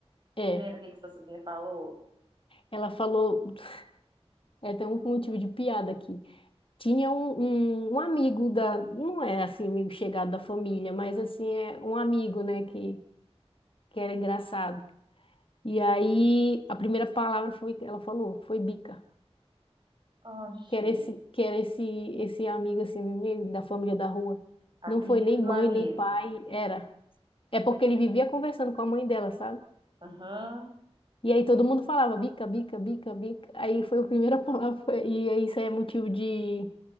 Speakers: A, on the left (about 55°); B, on the right (about 45°).
A: É.
B: Você lembra o que que sua sobrinha falou?
A: Ela falou. <laughs> É, tem um motivo de piada aqui. Tinha um, um, um amigo da, não é assim, um amigo chegado da família, mas assim, é um amigo, né, que, que era engraçado. E aí, a primeira palavra foi, ela falou, foi bica.
B: Oh,
A: Que
B: gente,
A: era esse, que era esse, esse amigo, assim, meio da família da rua. Não
B: apelido
A: foi nem
B: do
A: mãe,
B: amigo.
A: nem pai, era. É porque ele vivia conversando com a mãe dela, sabe?
B: Aham.
A: E aí todo mundo falava bica, bica, bica, bica. Aí foi a primeira <laughs> palavra, e aí isso aí é motivo de,